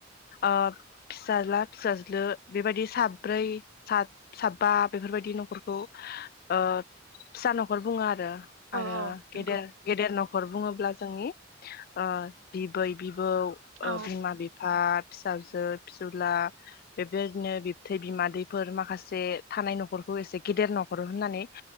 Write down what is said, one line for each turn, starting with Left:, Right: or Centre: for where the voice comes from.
Left: ओ फिसाज्ला फिसाज्लो बेबायदि साब्रै साबा बेफोरबायदि नखरखौ ओ फिसा नखर बुंङो आरो
Right: औ
Left: आरो
Right: औ
Left: गेदेर
Right: नंगौ।
Left: गेदेर नखर बुंङोब्ला जोंनि ओ बिबै औ
Right: औ
Left: ओ बिमा बिफा फिसाजो फिसौला बेबायदिनो बिबथै बिमादै फोर माखासे थानाय नखरखौ एसे गेदेर नखर होननानै